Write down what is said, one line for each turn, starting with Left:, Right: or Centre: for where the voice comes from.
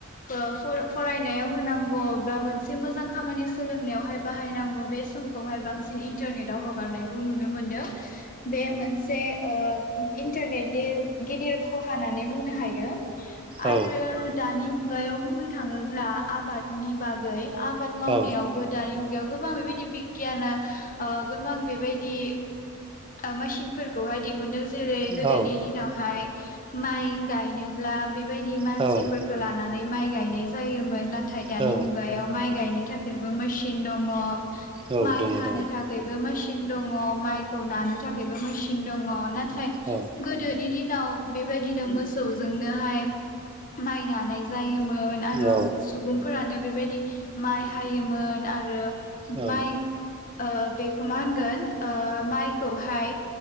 Left: फरायनायाव होनांगौ। <unintelligible> मोनसे मोजां खामानि सोलोंनायावहाय बाहायनांगौ बे समखौहाय बांसिन इन्टारनेटाव हगारनायखौ नुनो मोन मोनदों बे मोनसे इन्टारनेटनि गिदिर खहा होननानै बुंनो हायो आरो
Right: औ
Left: दानि उन मुगायाव बुंनो थाङोब्ला आबादनि बागै गै आबाद मावनायावबो
Right: औ
Left: दानि मुगायाव गोबां बेबायदि बिगियाना गोबां बेबायदि मेसिनफोरखौहाय दिहुनदों जेरै गोदोनि
Right: औ
Left: दिनावहाय माइ गायनोब्ला बेबायदि मानसिफोरखौ
Right: औ
Left: लानानै माइ गायनाय जायोमोन नाथ थाय दानि
Right: औ
Left: मु माइ गायनो थाखायबो मेसिन दङ,
Right: औ
Left: माइ
Right: दङ
Left: हानो
Right: दङ
Left: थाखायबो मेस सिन दङ माइखौ नानो थाखायबो मेसिन दङ नाथ थाय
Right: औ
Left: गोदोनि दिनाव बेबायदिनो मोसौज जोंनोहाय माइनानाय जायोमोन। मोन आरो
Right: औ
Left: सुबुंफोरानो बेफ बेबायदि माइ हायोमोन आरो
Right: औ
Left: माइ ओ बेखौ मा होनगोन माइखौहाय